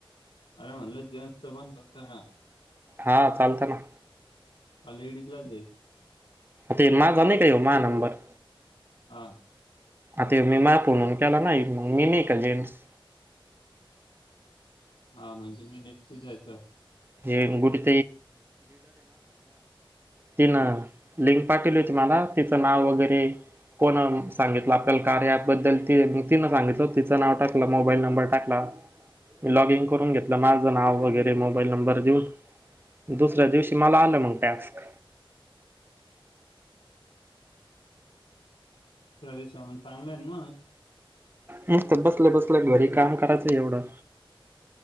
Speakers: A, on the left; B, on the right.
A: आरे म्हटल जेन्सपण चालतय हे
B: हा चालतंय ना
A: हा लेडीजलाच आहे
B: ते माझा नाय काय ह्यो नंबर.?
A: हा.
B: आता ह्यो मी माया फोन वरुन केला नाही, मगं मी नाही का जेन्स.
A: हा म्हणजे मी नेटची जायचं.
B: <inaudible> तीन
A: हा
B: लिंक पाटवली होती मला, तिच नाव वगैरे कोण सांगितलं आपल्या कार्या ॲपबद्दल ति तीन सांगितल, तिच नाव टाकलं, मोबाईल नंबर टाकला. लॉगइन करून घेतलं माझ नाव वैगरे मगं. मोबाईल नंबर देऊन, दुसऱ्या दिवशी मला आलं मगं टॅस्क.
A: थोड्या दिवसा चांगलं आहे ना मगं.
B: मस्त बसल्या बसल्या घरी काम करायचंय एवढं.